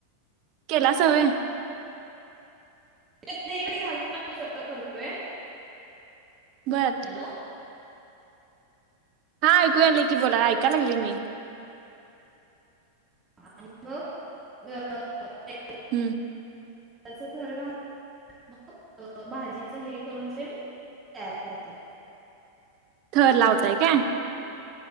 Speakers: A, on the right; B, on the right.
A: केला सवय
B: ा आम्ही सगळं करतोय.
A: बरं
B: हॅलो
A: हा, ऐकू या आले की बोला,, ऐकाय लागलीय मी.
B: आणि मग अ <unintelligible>
A: हम्म
B: आस थर घालून मग भाजीच हे करून तेन, तयार करतोय.
A: थर लावताय काय